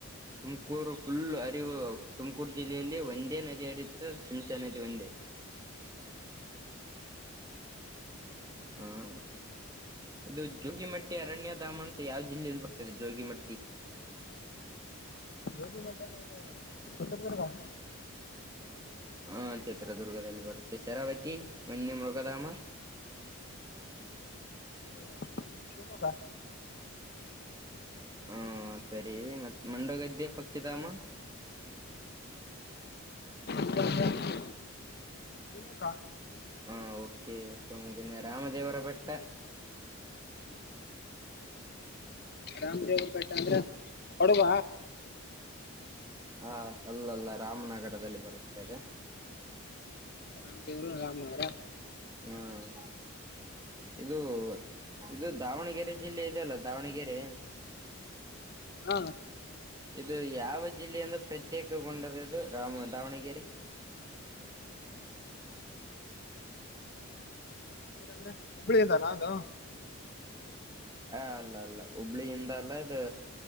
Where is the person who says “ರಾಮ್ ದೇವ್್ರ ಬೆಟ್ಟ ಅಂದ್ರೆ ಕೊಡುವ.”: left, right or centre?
Left